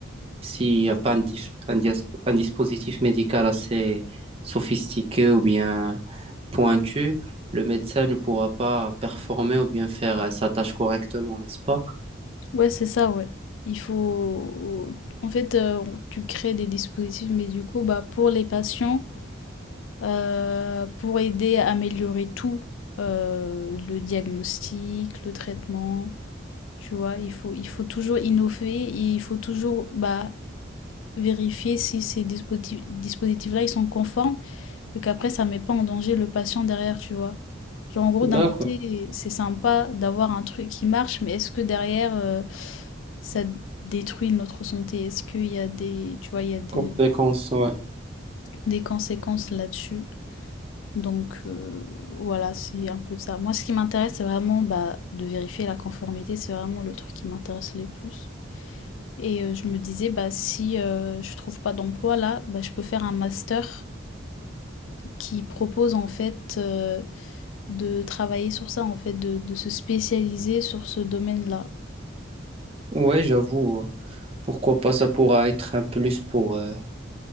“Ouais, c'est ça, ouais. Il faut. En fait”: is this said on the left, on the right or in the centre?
Left